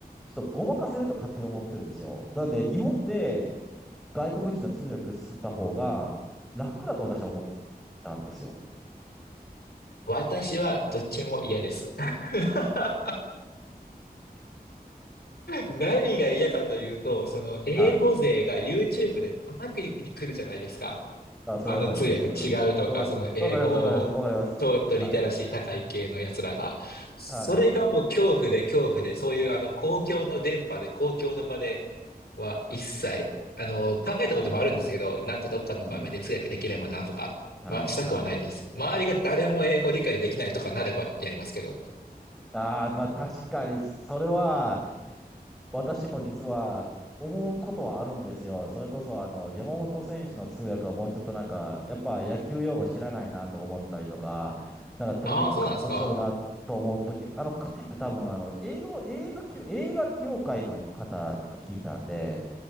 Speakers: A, in the centre; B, on the left (about 75°).
A: ちょっとごまかせると勝手に思ってるんですよ。なので、日本で外国人の通訳した方が楽だと私は思ったんですよ。
B: 私はどっちも嫌です。<laughs> 何が嫌かというと、その英語勢が
A: はい。
B: YouTube で叩くに来るじゃないですか。
A: あ、それはわかります。
B: あの通訳違うとか、
A: わかります。わかり、
B: その英語、
A: わかります。わかります。わかります。
B: ちょっとリテラシー高い系のやつらが。
A: はい。
B: それがもう恐怖で恐怖で、
A: はいはいはい。
B: そういうあの公共の電波で、公共の場では一切、あの、考えたこともあるんですけど、
A: ああ、
B: なんかどっかの場面で通訳できればなとかはしたくはないです。
A: うん。はいはい。
B: 周りが誰も英語理解できないとかなればやりますけど。
A: ああ、まあ確かに、それは、私も実は思うことはあるんですよ。それこそ、あの、山本選手の通訳はもうちょっとなんか、やっぱ野球用語知らないなと思ったりとか、なんか時々カットしとるなと思うとき、
B: ああ、そうなんですか
A: あの、彼って多分、あの、英語、映画級、映画業界の方って聞いたんで、